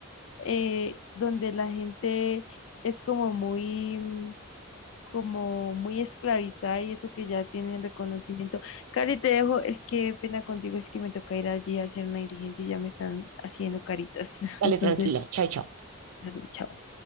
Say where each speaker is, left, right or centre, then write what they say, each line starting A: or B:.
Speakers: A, on the left; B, on the right.
A: eh, donde la gente es como muy, mm, como muy esclavizada y eso que ya tienen reconocimiento. Cari, te dejo, es que pena contigo, es que me toca ir allí a hacer una diligencia y ya me están haciendo caritas. <laughs>
B: Dale,
A: Entonces,
B: tranquila. Chao, chao.
A: dale, chao.